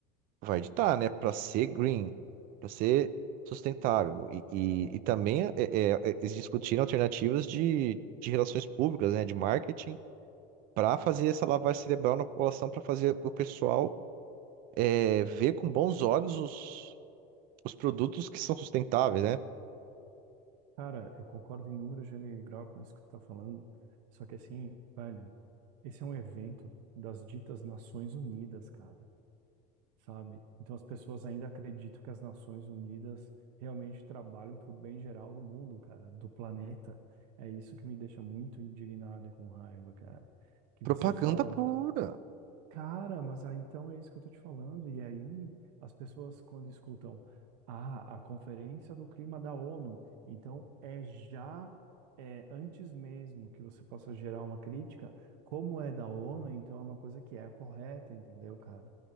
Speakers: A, on the right (about 45°); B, on the right (about 80°).
A: vai ditar, né? Para ser green, para ser sustentável. E, e, e também é, é, é, eles discutiram alternativas de, de relações públicas, né? De marketing, para fazer essa lavagem cerebral na população, para fazer o pessoal é, ver com bons olhos os, os produtos que são sustentáveis, né?
B: Cara, eu concordo em número gênero e grau com isso que tu tá falando, só que assim, velho, esse é um evento das ditas Nações Unidas, cara. sabe? Então as pessoas ainda acreditam que as Nações Unidas realmente trabalham para o bem geral do mundo, cara, do planeta. É isso que me deixa muito indignado e com raiva, cara. Que
A: Propaganda
B: você fala,
A: pura.
B: cara, mas ah, então é isso que eu tô te falando. E aí as pessoas quando escutam, ah, a Conferência do Clima da ONU, então é já É, antes mesmo que você possa gerar uma crítica, como é da ONU, então é uma coisa que é correta, entendeu, cara?